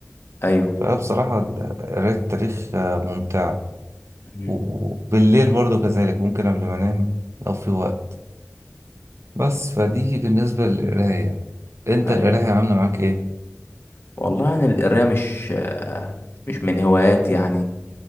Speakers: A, on the left; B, on the right.
A: ايوه
B: فبصراحة ال- قراية التاريخ آه، ممتعة
A: مم.
B: وبالليل برضو كذلك ممكن قبل ما أنام لو في وقت بس فدي بالنسبة للقراية انت
A: ايوه
B: القراية عاملة معاك ايه؟
A: والله انا القرايه مش آه، مش من هواياتي يعني